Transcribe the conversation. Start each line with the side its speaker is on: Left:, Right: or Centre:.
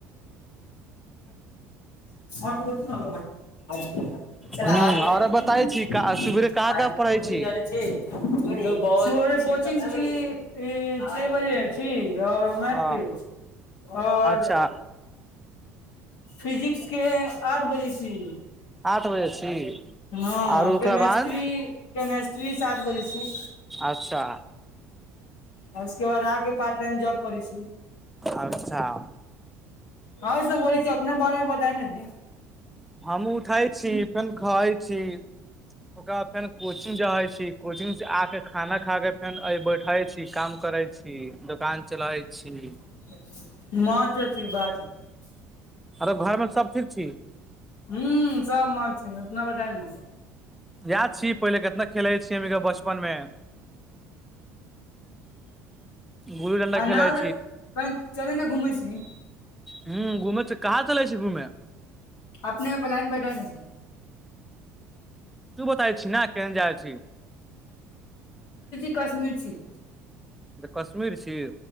Left: <unintelligible> <unintelligible>
Centre: ह आरो बताय
Left: <unintelligible>
Centre: छी सुबेरे कहाँ कहाँ पढ़ै छी
Left: कोचिंग छी ई छे बजे छी आओर मैच
Centre: हँ
Left: के आओर
Centre: अच्छा
Left: फिजिक्स के आठ बजै छी
Centre: आठ बजे छी
Left: हँ
Centre: आरो ओकरा
Left: केमेस्ट्री
Centre: बाद
Left: केमेस्ट्री सात बजे छी
Centre: अच्छा
Left: आ उसके बाद आगे पार्ट टाइम जॉब करी छी
Centre: अच्छा
Left: हँ सब बोलै छी अपना बारे मे बताए न जी
Centre: हमँ उठै छी फेर खाइ छी ओकरा फेर कोचिंग जाे छी कोचिंग आ के खाना खा के फेन बैठे छी काम करे छी छी दोकान चलाइ छी
Left: <unintelligible>
Centre: आरो घरमे सभ ठीक छी
Left: हू सब मन छै अपना बताइ न
Centre: याद छीय पहिले कितना खेलै छियै हम के बचपन मे गुल्ली डंडा
Left: आ
Centre: खेलै
Left: न कह चले ने घूमै छी
Centre: हुँ घूमै छै कहाँ चलै छै घूमे
Left: अपने पलायन बैठा न
Centre: तू बताै छि ने केहन जाय छी
Left: कश्मीरी छी
Centre: तऽ कश्मीर छी